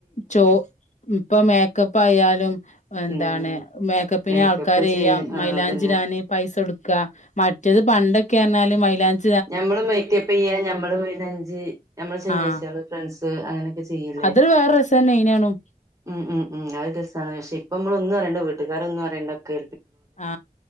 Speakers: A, on the left (about 50°); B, on the right (about 20°).
A: ചോ, ഇപ്പൊ മേക്കപ്പ് ആയാലും എന്താണ്
B: ഉം
A: മേക്കപ്പിന്
B: മേക്കപ്പ്
A: ആൾക്കാര് ചെയ്യാം.
B: ചെയ്യ
A: മൈലാഞ്ചിടാന്
B: ആ അതന്നെ
A: പൈസ കൊടുക്ക മറ്റത് പണ്ടൊക്കൊന്ന് പറഞ്ഞാൽ മൈലാഞ്ചി
B: ഞമ്മൾ മേക്കപ്പ് ചെയ്യ. ഞമ്മൾ മൈലാഞ്ചി ഞമ്മൾ ചങ്ങാചിയൽ
A: ആഹ്
B: ഫ്രണ്ട്സ് അങ്ങനൊക്കെ ചെയ്യല്ലേ?
A: അതൊരു വേറെ രസന്നെയ്നേണും
B: ഉം ഉം ഉം അത് രസാണ്. പക്ഷെ ഇപ്പം നമ്മൾ ഒന്നും അറിയണ്ട വീട്ടുകാരൊന്നും അറേണ്ടക്കെ
A: ആ,